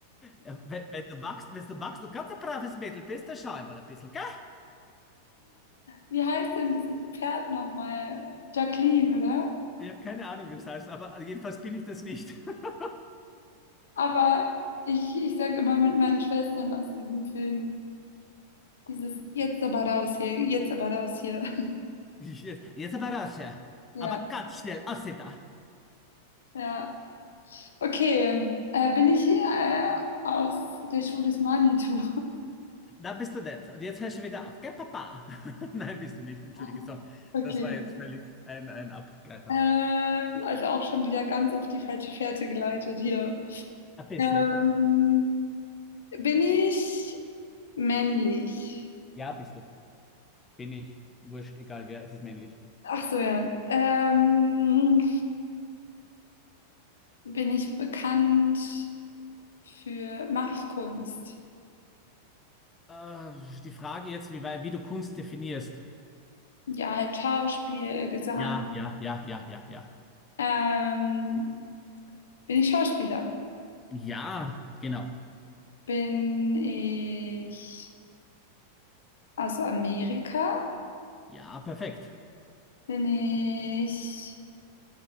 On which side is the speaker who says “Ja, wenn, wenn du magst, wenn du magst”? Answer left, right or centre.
Left